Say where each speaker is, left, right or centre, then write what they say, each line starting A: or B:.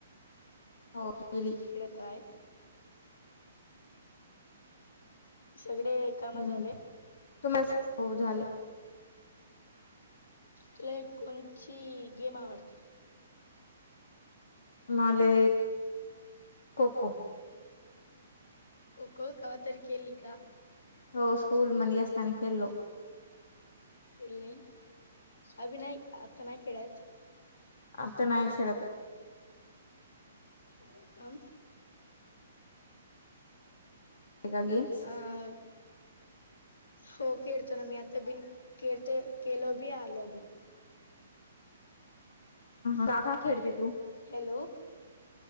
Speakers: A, on the left; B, on the left.
A: हो केली.
B: खेळतात आहे. सगळे कामं
A: हम्म
B: झाले
A: तिलास हो झाले
B: तुला कोणची गेम आवडते?
A: माले खो खो
B: खो खो कवा तरी खेली का?
A: हो स्कूल मध्ये असता ना खेलो.
B: खेली, अभी नाही आता नाही खेळत.
A: आता नाय खेळत.
B: हो का.
A: का गेम्स.
B: ह हो खेळतो ना मी आता बीन केळतो केलो बी आलो बी.
A: का का खेळती तू?
B: हॅलो